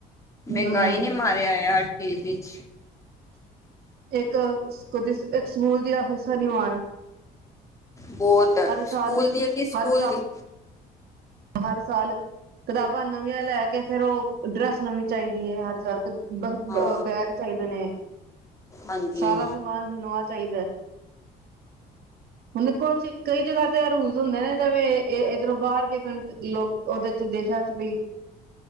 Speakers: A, on the left; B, on the right.
A: ਮੈਂਹਗਾਈ
B: ਹੂੰ
A: ਨੇ ਮਾਰੇਆ ਹਰ ਚੀਜ ਵਿੱਚ।
B: ਏਕ ਓਦੇ ਏਕ ਸਕੂਲ ਦੀਆਂ ਫੀਸਾਂ ਨੀਂ ਮਾਨ।
A: ਬੋਤ
B: ਸਾਲ
A: ਸਕੂਲ ਦੀ ਹੈਗੀ, ਸਕੂਲ
B: ਹਰ ਸਾਲ
A: ਦੀ।
B: ਹਰ ਸਾਲ ਕਤਾਬਾਂ ਨਵੀਆਂ ਲੈ ਕੇ ਫੇਰ ਓ ਡਰੈਸ ਨਵੀਂ ਚਾਈਦੀ ਐ, ਹਰ ਸਾਲ। ਬ
A: ਹਾਂ
B: ਬੈਗ ਚਾਈਦੇ ਨੇ।
A: ਹਾਂਜੀ
B: ਸਾਰਾ ਸਮਾਨ ਨਵਾਂ ਚਾਈਦੈ। ਹੁਨ ਏਖੋ ਅੱਥੇ ਕਈ ਜਗ੍ਹਾ ਤੇ ਅ ਰੂਲ ਹੁੰਦੇ ਨੇ ਜਿਵੇਂ ਏ ਏਧਰੋਂ ਬਾਰ ਜੇ ਕਣਕ ਦੀ ਓ ਓਦੇ ਚ ਦੇਸਾਂ ਚ ਵੀ